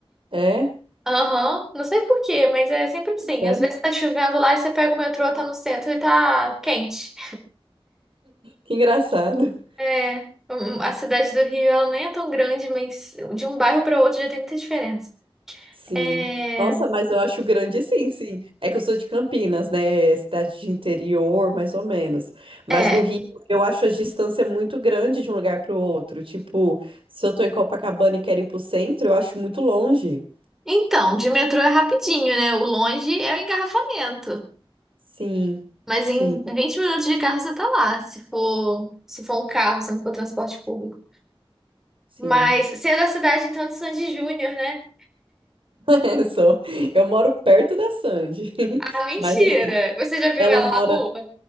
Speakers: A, on the right; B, in the centre.
A: É?
B: Aham. Não sei por quê, mas é sempre assim.
A: Né?
B: Às vezes tá chovendo lá e você pega o metrô, tá no centro e tá quente.
A: Que engraçado.
B: É, um- a cidade do Rio, ela nem é tão grande, mas de um bairro para outro já tem muita diferença.
A: Sim.
B: É,
A: Nossa, mas eu acho grande sim, sim. É que eu sou de Campinas, né? É Cidade de interior, mais ou menos. Mas
B: é.
A: do Rio, eu acho a distância muito grande de um lugar para o outro. Tipo, se eu tô em Copacabana e quero ir pro centro, eu acho muito longe.
B: Então, de metrô é rapidinho, né? O longe é o engarrafamento.
A: Sim,
B: Mas
A: sim,
B: em 20 minutos de carro você tá lá, se for, se for um carro, se não for transporte público.
A: sim.
B: Mas você é da cidade, então, de Sandy Júnior, né?
A: <laughs> Sou. Eu moro perto da Sandy. <laughs>
B: Ah, mentira!
A: Mas assim,
B: Você já viu
A: ela
B: ela
A: mora.
B: na rua?